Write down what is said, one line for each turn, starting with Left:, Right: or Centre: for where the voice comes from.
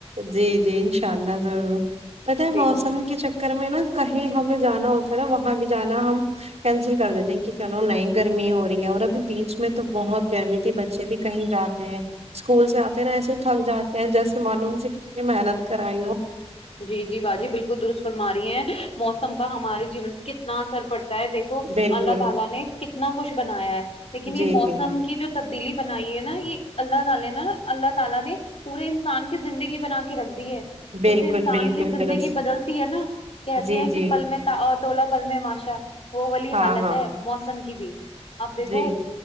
Right: جی جی انشاء اللہ ضرور پاتا
Left: دیکھیے
Right: ہے موسم کے چکر میں نا کہیں ہمیں جانا ہوتا ہے نا وہاں بھی جانا ہم کینسل کر دیتے ہیں کہ چلو نئی گرمی ہو رہی ہے اور ابھی بیچ میں تو بہت گرمی تھی بچ ے بھی کہیں جاتے ہیں اسکول سے آ ایسے تھک جاتے ہیں جیسے مان ان سے کتنے محنت کرائی ہو
Left: جی جی باجی بالکل درست فرماری ہیں موسم کا ہمارے جیون پہ کتنا اثر پڑتا ہے دیکھو
Right: بالکل
Left: اللہ تلا نے کتنا کچھ بنایا ہے لیکن یہ
Right: جی
Left: موسم
Right: جی
Left: کی جو تبدیلی بنائی ہے نا یہ اللہ تعالی نے اللہ تعالی نے پورے انسان کی زندگی بنا کے رکھتی ہے
Right: بالکل
Left: جیسے انسان
Right: بالکل
Left: کی زندگی
Right: درست
Left: بدلتی ہے نا کہتے
Right: جی
Left: ہیں
Right: جی
Left: کہ پل میں تولہ پل میں ماشا وہ والی
Right: ہاں
Left: حالت
Right: ہاں
Left: ہے موسم کی بھی آپ دیکھو
Right: جی